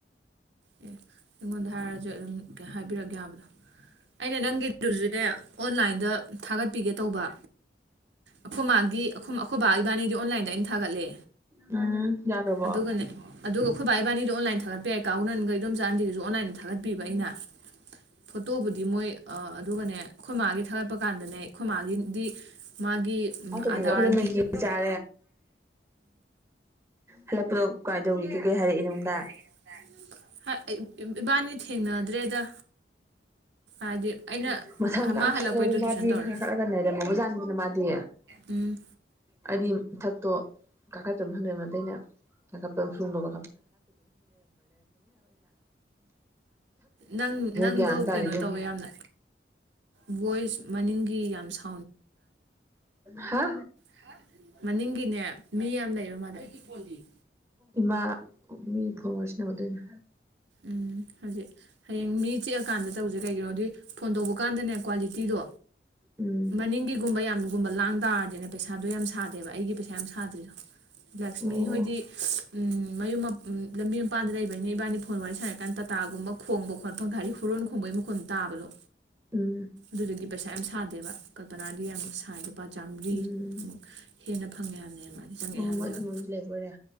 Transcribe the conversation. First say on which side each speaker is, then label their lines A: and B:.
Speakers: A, on the right; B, on the right.
A: ꯑꯦ ꯑꯩꯉꯣꯟꯗ ꯍꯥꯏꯔꯖꯨ ꯑꯗꯨꯝ ꯀꯩ ꯍꯥꯏꯕꯤꯔꯛ ꯌꯥꯕꯗꯣ ꯑꯩꯅ ꯅꯪꯒꯤꯗꯨꯖꯨꯅꯦ ꯑꯣꯟꯂꯥꯏꯟꯗ ꯊꯥꯒꯠꯄꯤꯒꯦ ꯇꯧꯕ ꯑꯈꯣꯏ ꯃꯥꯒꯤ ꯑꯈꯣꯏꯃꯥ ꯑꯈꯣꯏꯕꯥ ꯏꯕꯥꯅꯤꯗꯤ ꯑꯣꯟꯂꯥꯏꯟꯗ ꯑꯩꯅ ꯊꯥꯒꯠꯂꯦ
B: ꯎꯝ ꯌꯥꯒ꯭ꯔꯕꯣ
A: ꯑꯗꯨꯒꯅꯦ ꯑꯗꯨꯒ ꯑꯈꯣꯏꯕꯥ ꯏꯕꯥꯅꯤꯗꯣ ꯑꯣꯟꯂꯥꯏꯟ ꯊꯥꯒꯠꯄꯤꯔꯦ <unintelligible> ꯏꯟꯗꯣꯝꯆꯥ ꯑꯟꯗꯤꯖꯨ ꯑꯣꯟꯂꯥꯏꯟꯗ ꯊꯥꯒꯠꯄꯤꯌꯦꯕ
B: ꯎꯝ
A: ꯑꯩꯅ ꯐꯣꯇꯣꯕꯨꯗꯤ ꯃꯣꯏ ꯑꯥ ꯑꯗꯨꯒꯅꯦ ꯑꯩꯈꯣꯏ ꯃꯥꯒꯤꯗꯨ ꯊꯥꯒꯠꯄꯀꯥꯟꯗꯅꯦ ꯑꯈꯣꯏ ꯃꯥꯒꯤꯗꯤ ꯃꯥꯒꯤ ꯎꯝ
B: ꯃꯥ ꯇꯣꯝꯕꯤꯗꯣ
A: ꯑꯗꯥꯔꯒꯤ
B: ꯑꯩꯈꯣꯏꯗ
A: <unintelligible>
B: <unintelligible> ꯍꯜꯂꯛꯄꯗꯣ ꯀꯥꯏꯗꯧꯔꯤꯗꯤ ꯀꯩ ꯍꯥꯏꯔꯛꯏ ꯅꯪꯉꯣꯟ
A: <unintelligible> ꯍꯥ ꯏ ꯏꯕꯥꯅꯤ ꯊꯦꯡꯅꯗ꯭ꯔꯦꯗ ꯍꯥꯏꯗꯤ ꯑꯩꯅ
B: <unintelligible>
A: ꯑꯃ ꯍꯜꯂꯛꯄꯩꯗꯣ ꯇꯨꯏꯁꯟ
B: ꯃꯥꯗꯤ
A: ꯇꯧꯔꯦ
B: <unintelligible> ꯂꯩꯔꯝꯃꯤꯕ ꯖꯥꯠꯅꯤꯗꯅ ꯃꯥꯗꯤ
A: ꯎꯝ
B: ꯑꯩꯗꯤ ꯃꯊꯛꯇꯣ ꯀꯥꯈꯠꯇꯕ <unintelligible> <unintelligible> ꯊꯛꯇꯨꯃꯨꯒꯤꯅ
A: ꯅꯪ ꯅꯪꯗꯣ
B: ꯒ꯭ꯌꯥꯟ ꯑꯃ ꯇꯥꯗꯦ ꯏꯕꯦꯝ
A: <unintelligible> ꯌꯥꯝꯅ ꯚꯣꯏꯁ ꯃꯅꯤꯡꯒꯤ ꯌꯥꯝ ꯁꯥ
B: ꯍꯥ
A: <unintelligible> ꯃꯅꯤꯡꯒꯤꯅꯦ ꯃꯤ ꯌꯥꯝ ꯂꯩꯕ ꯃꯥꯜꯂꯦ <unintelligible>
B: ꯏꯃꯥ ꯃꯤ ꯐꯣꯟ ꯋꯥꯔꯤ ꯁꯥꯅꯕ ꯑꯗꯨꯏꯅꯦ
A: ꯎꯝ ꯍꯧꯖꯤꯛ ꯍꯌꯦꯡ ꯃꯤ ꯆꯤꯛꯑꯀꯥꯟꯗ ꯇꯧꯖꯦ ꯀꯩꯒꯤꯅꯣꯗꯤ ꯐꯣꯟ ꯇꯧꯕ ꯀꯥꯟꯗꯅꯦ ꯀ꯭ꯋꯥꯂꯤꯇꯤꯗꯣ
B: ꯎꯝ
A: ꯃꯅꯤꯡꯒꯤꯒꯨꯝꯕ ꯌꯥꯝꯒꯨꯝꯕ ꯂꯥꯡ ꯇꯥꯔꯗꯤꯅꯦ ꯄꯩꯁꯥꯗꯣ ꯌꯥꯝ ꯁꯥꯗꯦꯕ ꯑꯩꯒꯤ ꯄꯩꯁꯥ ꯌꯥꯝ ꯁꯥꯗ꯭ꯔꯤꯗꯣ ꯂꯛꯁꯃꯤ
B: ꯑꯣ
A: ꯍꯣꯏꯗꯤ ꯎꯝ ꯃꯌꯨꯝ ꯃꯞ ꯎꯝ ꯂꯝꯕꯤ ꯃꯄꯥꯟꯗ ꯂꯩꯕꯅꯤꯅ ꯏꯕꯥꯅꯤ ꯐꯣꯟ ꯋꯥꯔꯤ ꯁꯥꯔꯤꯀꯥꯟ ꯇꯥꯇꯥꯒꯨꯝꯕ ꯈꯣꯡꯕ ꯈꯣꯠꯄ ꯒꯥꯔꯤ ꯍꯣꯔꯣꯟ ꯈꯣꯡꯕꯒꯤ ꯃꯈꯣꯟ ꯇꯥꯕꯗꯣ
B: ꯎꯝ
A: ꯗꯨꯗꯨꯒꯤ ꯄꯩꯁꯥ ꯌꯥꯝ ꯁꯥꯗꯦꯕ ꯀꯜꯄꯅꯥꯗꯤ ꯌꯥꯝꯅ ꯁꯥꯥꯏ ꯂꯨꯄꯥ ꯆꯥꯝꯃꯔꯤꯃꯨꯛ
B: ꯎꯝ
A: ꯍꯦꯟꯅ ꯐꯪꯉꯦ ꯍꯥꯏꯕꯅꯦ ꯃꯥꯗꯤ ꯆꯪꯉꯛꯑꯦ
B: ꯑꯣ
A: ꯍꯥꯏꯕꯅꯦꯕ
B: ꯃꯣꯏ ꯑꯗꯨꯝꯕ ꯑꯃꯁꯨ ꯂꯩꯕ ꯑꯣꯏꯔꯦ